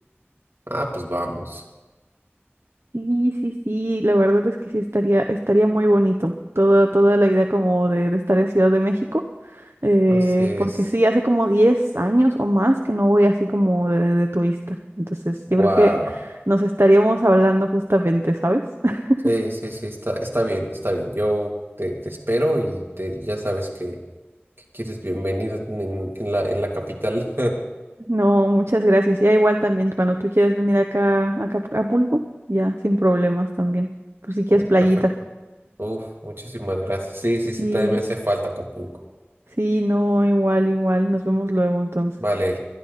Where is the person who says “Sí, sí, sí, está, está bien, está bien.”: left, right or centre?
Right